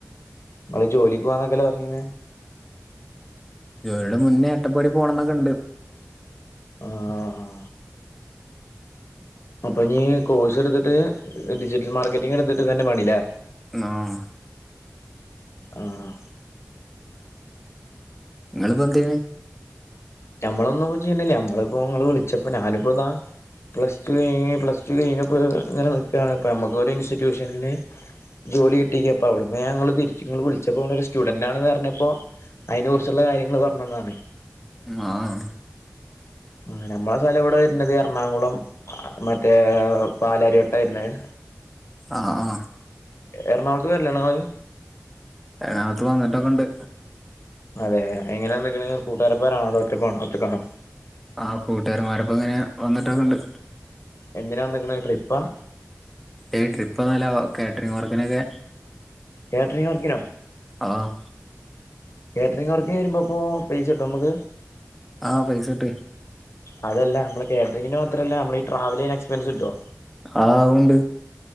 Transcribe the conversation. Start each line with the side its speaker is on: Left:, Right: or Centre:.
Left: <unintelligible> ജോലിക്ക് പോവാന്നൊക്കല്ലെ പറഞ്ഞിന്ന്.
Centre: ജോലിടെ മുന്നേ അട്ടപ്പാടി പോണം ന്നൊക്കെ ഉണ്ട്.
Left: ആഹ് ആ. അപ്പൊ ഇഞ്ഞി കോഴ്സ് എടുത്തിട്ട്, ഡിജിറ്റൽ മാർക്കറ്റിംഗ് എടുത്തിട്ട് തന്നെ പണില്ലേ.
Centre: ആഹ്.
Left: ആഹ്.
Centre: നിങ്ങള് ഇപ്പ എന്ത്യേ
Left: ഞമ്മളൊന്നും ഇപ്പ ചെയണില്ല. ഞമ്മളിപ്പോങ്ങള് വിളിച്ചപ്പോ ഞാനിപ്പോ ഇതാ, പ്ലസ് ടു കഴിഞ്ഞ്, പ്ലസ്ടു കഴിഞ്ഞ് ഇപ്പ ഇങ്ങനെ നിൽക്കാണ്. അപ്പോൾ നമുക്ക് ഒരു ഇൻസ്റ്റിറ്റ്യൂഷനില്, ജോലി കിട്ടിക്ക. അപ്പൊ അവിടുന്ന് ഞങ്ങള് തിരിച്ച് ഇങ്ങള് വിളിച്ചപ്പോ ഒരു സ്റ്റുഡൻറ് ആണെന്ന് പറഞ്ഞപ്പോ, അയിന് കുറിച്ചുള്ള കാര്യങ്ങള് പറഞ്ഞന്നതാണ്.
Centre: ആഹ്.
Left: ആ നമ്മളെ സ്ഥലം ഇവിടെ വരുന്നത് എറണാകുളം മറ്റേ പാലാരിവട്ട വരുന്നത്.
Centre: ആഹ് ആ.
Left: എറണാകുളത്ത് വരില്ലണത്.
Centre: എറണാകുളത്ത് വന്നിട്ടൊക്കെ ഉണ്ട്.
Left: അതെ എങ്ങനെയാ എന്തെക്കെണ് കൂട്ടുകാരപ്പോ ആണോ അതോ ഒറ്റക്ക് ഒറ്റകാണോ?
Centre: ആ കൂട്ടുകാരമാരപ്പോ ഇങ്ങനെ വന്നിട്ടൊക്കെ ഉണ്ട്.
Left: എന്തിനാ വന്ന്ക്കണേ ട്രിപ്പാ?
Centre: ഏയ് ട്രിപ്പ് ഒന്നല്ല കാറ്ററിംഗ് വർക്കിനൊക്കെ.
Left: കേറ്ററിംഗ് വർക്കിനോ?
Centre: ആഹ്
Left: കാറ്ററിംഗ് വർക്കിന് വരുമ്പപ്പോൾ പൈസ കിട്ടും നമുക്ക്.
Centre: ആ പൈസ കിട്ടും.
Left: അതല്ല നമ്മള് കാറ്ററിങ്ങിന് മാത്രല്ല നമ്മള് ഈ ട്രാവലിങ് എക്സ്പെൻസ് കിട്ടോ
Centre: ആവുണ്ട്